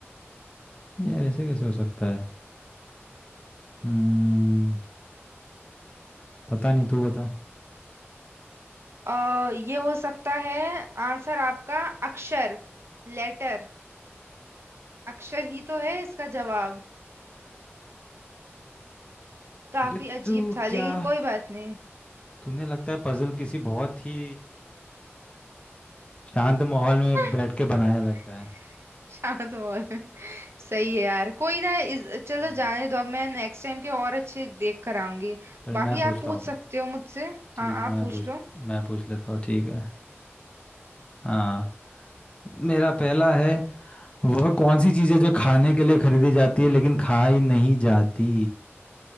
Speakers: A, on the left (about 25°); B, on the right (about 65°).
A: यार ऐसे कैसे हो सकता है हम्म पता नहीं तू बता
B: अ ये हो सकता है आंसर आपका अक्षर लेटर अक्षर ही तो है इसका जवाब काफी
A: ये
B: अजीब
A: तू
B: था
A: क्या
B: लेकिन कोई बात नहीं
A: तूने लगता है पजल किसी बहुत ही शांत माहौल में
B: <laughs>
A: बैठ
B: <laughs>
A: के बनाया लगता है
B: शांत हॉल सही है यार कोई ना इस चलो
A: हम्म
B: जाने दो अब मैं नेक्स्ट टाइम के और अच्छे देख कर आऊंगी
A: चल
B: बाकी
A: मैं पूछता
B: आप पूछ
A: हूँ
B: सकते हो मुझसे
A: ठीक
B: हाँ
A: है
B: आप
A: मैं
B: पूछ
A: पूछ
B: लो
A: मैं पूछ लेता हूँ ठीक है हाँ मेरा पहला है वह कौन सी चीज़ है जो खाने के लिए खरीदी जाती है लेकिन खाई नहीं जाती